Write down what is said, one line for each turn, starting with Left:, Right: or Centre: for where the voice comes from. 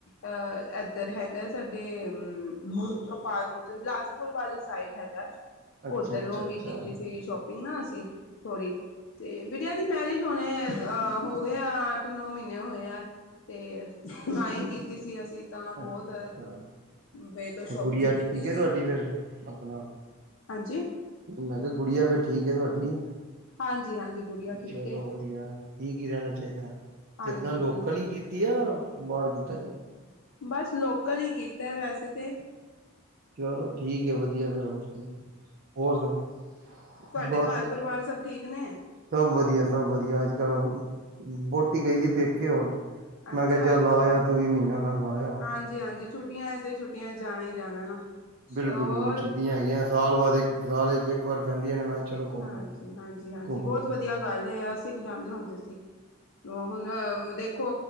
Left: ਅਹ ਇੱਧਰ ਹੈਗਾ। ਸਾਡੇ ਗੋਪਾਲ ਮੋਚਨ ਬਿਲਾਸਪੁਰ ਵਾਲੀ ਸਾਈਡ ਹੈਗਾ।
Right: ਅੱਛਾ
Left: ਓਧਰੋਂ
Right: ਅੱਛਾ
Left: ਵੀ
Right: ਅੱਛਾ
Left: ਕੀਤੀ ਸੀ ਸ਼ੋਪਿੰਗ ਨਾ ਅਸੀਂ ਥੋੜ੍ਹੀ। ਤੇ ਬਿਟਿਆ ਦੀ ਮੈਰਿਜ ਹੁਣੇ ਹੋ ਗਏ ਆ ਅੱਠ-ਨੌ ਮਹੀਨੇ ਹੋਏ ਆ। ਤੇ ਤਾਹੀ ਕੀਤੀ ਸੀ ਅਸੀਂ ਤਾਂ ਬਹੁਤ।
Right: ਅੱਛਾ ਅੱਛਾ
Left: ਬੇ ਤੋਂ ਸ਼ੋਪਿੰਗ
Right: ਗੁੜੀਆ
Left: ਕੀਤੀ
Right: ਠੀਕ
Left: ਸੀ।
Right: ਹੈ ਤੁਹਾਡੀ ਫੇਰ ਆਪਣਾ
Left: ਹਾਂਜੀ
Right: ਮੈਂ ਕਿਹਾ ਗੁੜੀਆ ਫਿਰ ਠੀਕ ਐ ਤੁਹਾਡੀ।
Left: ਹਾਂਜੀ ਹਾਂਜੀ ਗੁੜੀਆ ਠੀਕ
Right: ਚਲੋ
Left: ਹੈ
Right: ਵਧੀਆ ਠੀਕ ਏ ਰਹਿਣਾ ਚਾਹੀਦਾ।
Left: ਹਾਂਜੀ
Right: ਤੇ ਆਪਣਾ
Left: ਬਿਲਕੁਲ
Right: ਲੋਕਲ ਹੀ ਕੀਤੀ ਆ, ਬਾਹਰ ਕੀਤਾ ਜਾ।
Left: ਬਸ ਲੋਕਲ ਹੀ ਗੀਤ ਐ ਵੈਸੇ ਤੇ
Right: ਚਲੋ ਠੀਕ ਐ ਵਧੀਆ ਫਿਰ ਹੋਰ ਕੀ ਏ ਹੋਰ ਸੁਣਾਓ?
Left: ਤੁਹਾਡੇ
Right: ਬਸ
Left: ਘਰ ਪਰਿਵਾਰ ਸਭ ਠੀਕ ਨੇ।
Right: ਸਭ ਵਧੀਆ ਸਭ ਵਧੀਆ ਅੱਜ-ਕੱਲ ਵੋਟੀ ਗਈ ਦੀ ਪੇਕੇ ਹੋਰ। ਮੈਂ
Left: ਅੱਛਾ
Right: ਕਿਹਾ ਜਾ
Left: ਅੱਛਾ
Right: ਲਾਇਆ ਤੋਂ ਵੀ ਮਹੀਨਾ ਕਾਨੂੰ ਲਾਇਆ ਵਾ।
Left: ਹਾਂਜੀ ਹਾਂਜੀ ਛੁੱਟੀਆਂ ਤੇ ਛੁੱਟੀਆਂ ਜਾਣਾ-ਜਾਣਾ ਨਾ।
Right: ਬਿਲਕੁਲ-ਬਿਲਕੁਲ।
Left: ਹੋਰ
Right: ਛੁੱਟੀਆਂ ਹੈਗੀਆਂ ਸਾਲ ਬਾਅਦ ਇੱਕ ਸਾਲ ਚ ਇੱਕ ਵਾਰ ਪੈਂਦੀਆਂ ਨੇ। ਚਲੋ ਘੁੰਮ
Left: ਹਾਂਜੀ,
Right: ਆਓ।
Left: ਹਾਂਜੀ, ਹਾਂਜੀ
Right: ਘੁੰਮ
Left: ਬਹੁਤ
Right: ਆਓ।
Left: ਵਧੀਆ ਗੱਲ ਏ ਅਸੀਂ ਵੀ ਜਾਂਦੇ ਹੁੰਦੇ ਸੀ। ਉਹ ਹੁਣ ਦੇਖੋ